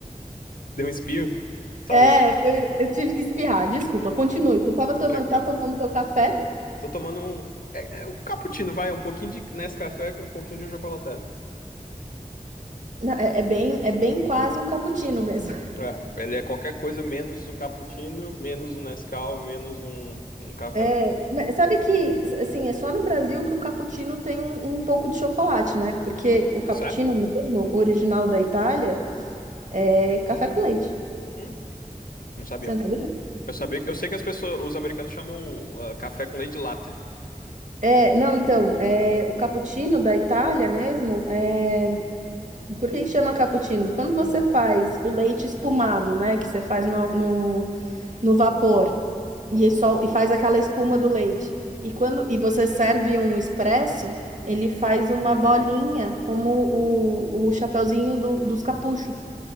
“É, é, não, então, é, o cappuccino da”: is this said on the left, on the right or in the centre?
Right